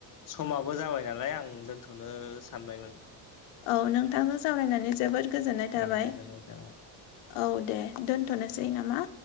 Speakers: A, on the left (about 40°); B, on the left (about 80°).
A: समाबो जाबाय नालाय आं दोनथ'नो सानबायमोन
B: औ नोंथांजों सावरायनानै जोबोद गोजोननाय थाबाय
A: ओ गोजोननाय थाबाय
B: औ दे दोनथ'नोसै नामा